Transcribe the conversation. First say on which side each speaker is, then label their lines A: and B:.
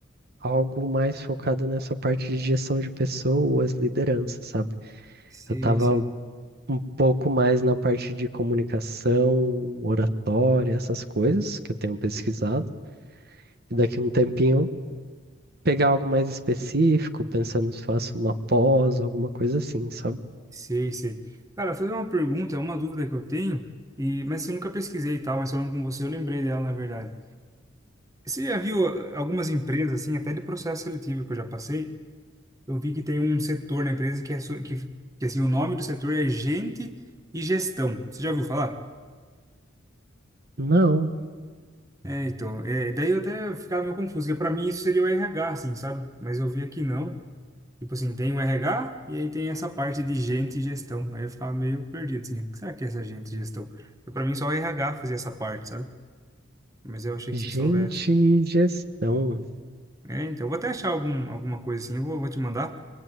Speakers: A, on the right; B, on the right.
A: algo mais focado nessa parte de gestão de pessoas, liderança, sabe?
B: Sei,
A: Eu tava
B: sei.
A: um pouco mais na parte de comunicação, oratória, essas coisas que eu tenho pesquisado. E daqui a um tempinho pegar algo mais específico, pensando se faço uma pós, alguma coisa assim, sabe?
B: Sei, sei. Cara, fazer uma pergunta, é uma dúvida que eu tenho, e mas eu nunca pesquisei e tal, mas falando com você, eu lembrei dela, na verdade. Você já viu ah, algumas empresas, assim, até de processo seletivo que eu já passei, eu vi que tem um setor na empresa que é, so- que, que assim, o nome do setor é gente e gestão. Você já ouviu falar?
A: Não,
B: É, então, é, daí eu até ficava meio confuso, porque pra mim isso seria o RH, assim, sabe? Mas eu vi aqui não. Tipo assim, tem o RH e aí tem essa parte de gente e gestão. Aí eu ficava meio perdido, assim, o que será que é essa gente e gestão? Porque Pra mim só o RH fazia essa parte, sabe? Mas eu achei
A: gente,
B: que se soubesse.
A: e gestão.
B: É, então, eu vou até achar algum, alguma coisa assim, eu vou, vou te mandar,